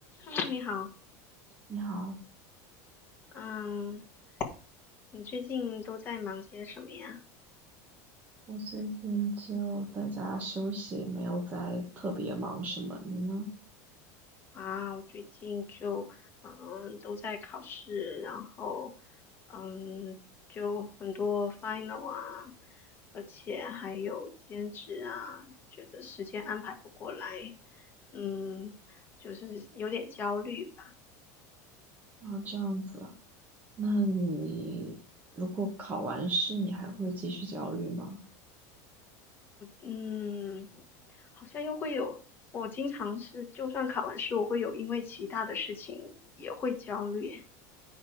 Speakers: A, on the left; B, on the right.
A: h e 你好，
B: 你好，
A: 嗯，你最近都在忙些什么呀？
B: 我最近就在家休息，没有在特别忙什么。你呢？
A: 啊，我最近就嗯都在考试，然后嗯就很多 final 啊，而且还有兼职啊，觉得时间安排不过来，嗯，就是有点焦虑吧，
B: 啊，这样子啊。那你如果考完试，你还会继续焦虑吗？
A: 嗯，好像又会有，我经常是就算考完试，我会有因为其他的事情也会焦虑。